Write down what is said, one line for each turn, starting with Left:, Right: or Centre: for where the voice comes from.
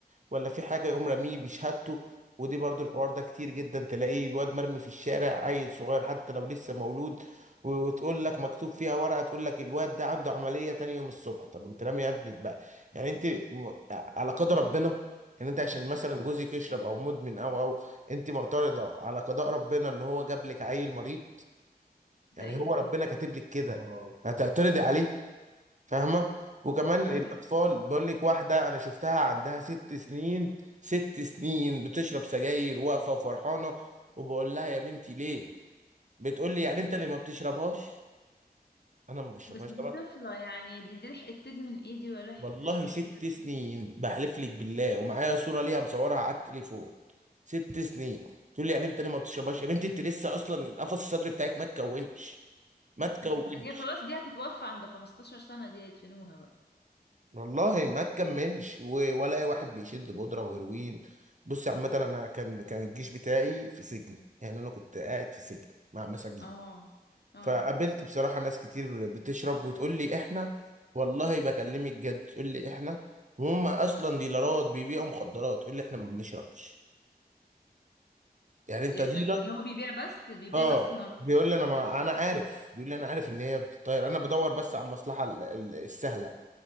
Right: ولا في حاجة يقوم راميه بشهادته ودي برضو الحوار ده كتير جدا تلاقيه الواد مرمي في الشارع عيل صغير حتى لو لسه مولود وتقول لك مكتوب فيها ورقة تقول لك الواد ده عنده عملية تاني يوم الصبح طب انت رامي يا ابنك بقى يعني انت م- على قدر ربنا يعني انت عشان مثلا جوزك يشرب او مدمن او او انت معترضة على قضاء ربنا ان هو جاب لك عيل مريض
Left: ده
Right: يعني
Left: ايه
Right: هو
Left: ده ده
Right: ربنا كاتب لك كده اه هتعترضي عليه فاهمه وكمان
Left: أيوة.
Right: الاطفال بقول لك واحده انا شفتها عندها ست سنين ست سنين بتشرب سجاير واقفه وفرحانه وبقول لها يا بنتي ليه بتقول لي يعني انت اللي ما بتشربهاش انا ما بشربهاش
Left: بس دي
Right: طبعا
Left: طفله يعني دي دي لحقت تدمن ايه دي ولا لحقت
Right: والله
Left: تشرب
Right: ست
Left: ايه ده
Right: سنين بحلف لك بالله ومعايا صوره ليها مصورها على التليفون ست سنين تقول لي يعني انت اللي ما بتشربهاش يا بنتي انت لسه اصلا القفص الصدري بتاعك ما تكونش ما تكونش
Left: صحيح ده هي خلاص دي هتتوفى عند 15 سنه دي هيدفنوها بقى
Right: والله ما تكملش و- ولا اي واحد بيشد بودره وهيروين بص عامه انا كان كان الجيش بتاعي في سجن يعني انا كنت قاعد في سجن مع مساجين
Left: اه اه
Right: فقابلت بصراحه ناس كتير بتشرب وتقول لي احنا والله بكلمك جد تقول لي احنا وهم اصلا ديلرات بيبيعوا مخدرات تقول لي احنا ما بنشربش يعني انت
Left: يا
Right: ديلر
Left: سلام يعني هو بيبيع بس بيبيع
Right: اه
Left: بس انه
Right: بيقول لي انا ما انا عارف بيقول لي انا عارف ان هي بتطير انا بدور بس على المصلحه ال- ال- السهله